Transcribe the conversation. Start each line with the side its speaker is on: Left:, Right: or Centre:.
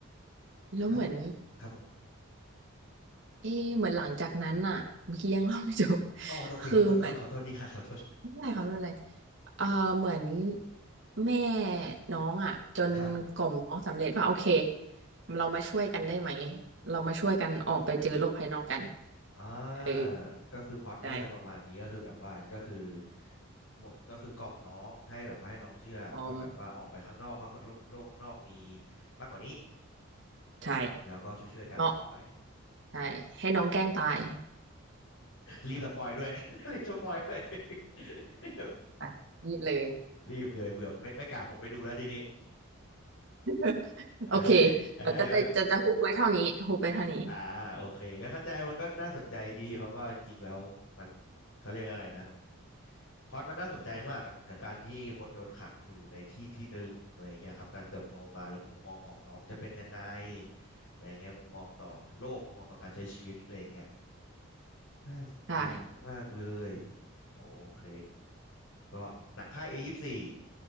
Right: แล้วเหมือน
Left: น่าสนครับผม
Right: เอ๊ะเหมือนหลังจากนั้นน่ะเมื่อกี้ยังเล่าไม่จบ
Left: อ๋อโทษทีครับโทษขอขอโทษทีครับขอโทษ
Right: <laughs> คือเหมือนไม่เป็นไรครับไม่เป็นไรเอ่อเหมือนแม่น้องอ่ะจนกล่อมน้องสำเร็จว่าโอเค
Left: ครับ
Right: เรามาช่วยกันได้ไหมเรามาช่วยกันออกไปเจอโลกภายนอกกัน
Left: อ่า
Right: เออ
Left: ก็คือพล็อตก็จะประมาณนี้ก็คือแบบว่าก็คือ
Right: ใช่
Left: บอกก็คือกล่อมน้องให้แบบว่าให้น้องเชื่อว่าแบบว่าออกไปข้างนอกว่าโลกโลกข้างนอกมี
Right: ออม
Left: มากกว่านี้
Right: ใช่
Left: แล้วก็ช่วยๆกันออกไป
Right: เนาะใช่ให้น้องแกล้งตาย
Left: รีบสปอยด้วย <laughs> รีบสปอยด้วย <laughs>
Right: อ่ะนี่เลย
Left: รีบเลยเผื่อไม่ไม่กล่าวผมไปดูแล้วทีนี้
Right: <laughs>
Left: ไอ้
Right: โอเค
Left: ไอ้ไอ้
Right: แล้วก็จะจะจะฮุบไว้เท่านี้ฮุบไปเท่านี้
Left: อ่าโอเคก็เข้าใจมันก็น่าสนใจดีเพราะว่าจริงๆแล้วมันเขาเรียกอะไรนะพล็อตมันน่าสนใจมากอะกับการที่คนโดนขังอยู่ในที่ที่หนึ่งอะไรเงี้ยครับการเติบโตมาแล้วมุมมองของน้องจะเป็นยังไงอะไรเงี้ยมุมมองต่อโลกมุมมองต่อการใช้ชีวิตอะไรเงี้ยน่าสนใจ
Right: ใช่
Left: มากๆเลยโอเคก็หนังค่ายเอยี่สบสี่